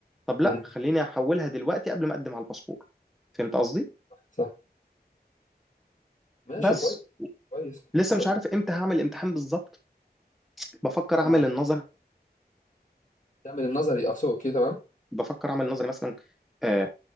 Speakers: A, in the centre; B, on the left.
A: طب لا
B: امم
A: خليني احولها دلوقتي قبل ما اقدم على الباسبور فهمت قصدي
B: صح ماشي
A: بس
B: كويس كويس
A: لسه
B: كويس.
A: مش عارف امتى هعمل الامتحان بالظبط بفكر اعمل
B: اه
A: النظر
B: تعمل النظري اقصد اوكي تمام
A: بفكر اعمل النظر مثلا آه،